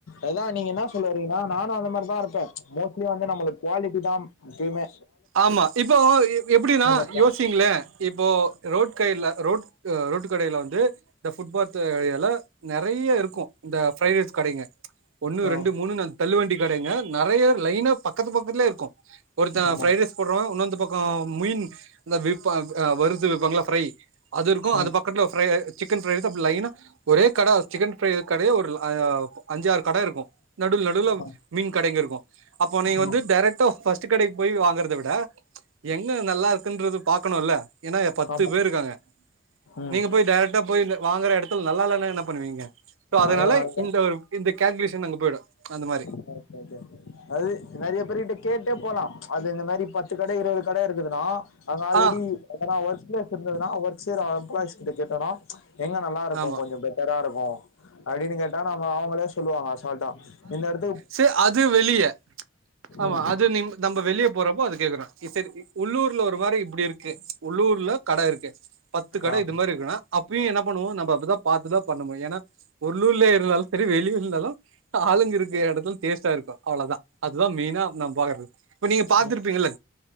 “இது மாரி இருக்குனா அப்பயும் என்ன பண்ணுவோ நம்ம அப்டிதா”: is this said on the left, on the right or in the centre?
Right